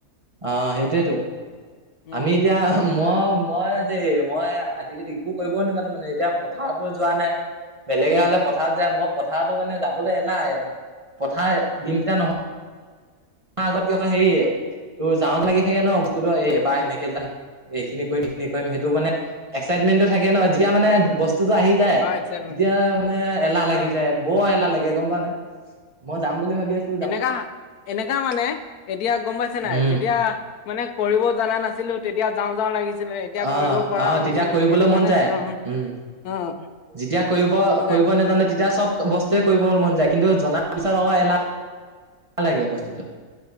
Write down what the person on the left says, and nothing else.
উম
উম
উম
অ এক্সাইটমেণ্ট
অ
এনেকা, এনেকা মানে এতিয়া গম পাইছে নাই,
যেতিয়া মানে কৰিব জাননা নাছিলোঁ তেতিয়া যাওঁ যাওঁ লাগিছ ছিলে এতিয়া
কৰিব পৰা
হৈছোঁ
সেইটো কাৰণে
<unintelligible>
অ'।
তেনেকুৱাই